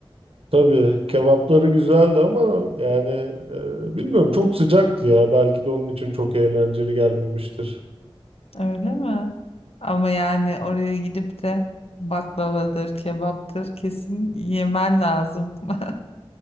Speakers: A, on the right (about 75°); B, on the left (about 85°).
A: Tabii kebapları güzeldi ama yani e, bilmiyorum çok sıcaktı ya. Belki de onun için çok eğlenceli gelmemiştir.
B: Öyle mi? Ama yani oraya gidip de baklavadır, kebaptır kesin yemen lazım. <laughs>